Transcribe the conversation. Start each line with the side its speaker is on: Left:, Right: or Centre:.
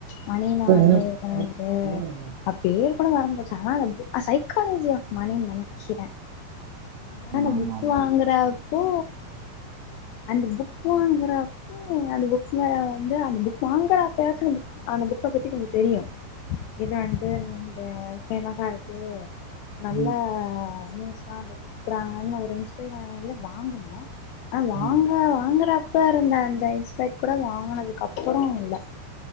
Left: மணிலா
Right: என்ன
Left: அப்டியே
Right: புக்
Left: வந்து
Right: நேம் என்ன
Left: அ பேர் கூட மறந்து போச்சு ஆனா வந்து சைக்காலஜி ஆஃப் மணினு நெனைக்கிறே ஆனா அந்த
Right: ஆமா
Left: புக்
Right: ஆமா
Left: வாங்றப்போ அந்த புக் வாங்றப் அந்த புக் மேல வந்து அந்த புக் வாங்குற அப்பயாச்சு அந்த பு அந்த புக்க பத்தி கொஞ்ச தெரியு இது வந்து இந்த ஃபேமஸா இருக்கு
Right: ம்
Left: நல்ல நியூஸ்தா அந்த புக் டுக்கறாங்கன்னு ஒரு இன்ஸ்பையராயி வாங்குணு ஆனா வாங்க
Right: ம்
Left: வாங்கறப் ப்போ இருந்த அந்த இன்ஸ்பைட் கூட வாங்கினதுக்கப்பறோ இல்ல